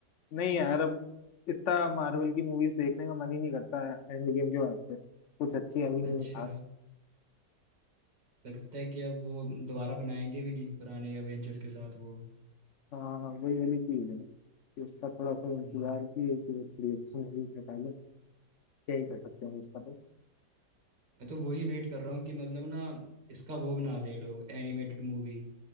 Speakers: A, on the left (about 60°); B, on the right (about 85°).
A: नहीं यार अब इतना मार्वल की मूवीज देखने का मन ही नहीं करता है एंड गेम के बाद से कुछ अच्छी आई नहीं
B: अच्छा
A: है खास
B: लगता है कि अब वो दोबारा बनाएंगे भी नहीं पुराने अवेंजर्स के साथ वो
A: हाँ वही वाली चीज है ना कि उसका थोड़ा सा इंतजार
B: हम्म
A: भी है कि वो थोड़ी अच्छी मूवीज निकालें क्या ही कर सकते हैं उसका तो
B: मैं तो वही वेट कर रहा हूँ कि मतलब ना इसका वो बना दे लोग एनिमेटेड मूवी